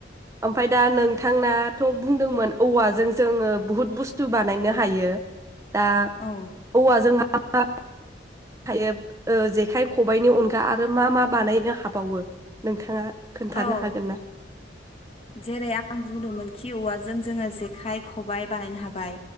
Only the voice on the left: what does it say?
औ
औ
जेरै आं बुंदोंमोनखि औवाजों जोङो जेखाइ खबाइ बानायनो हाबाय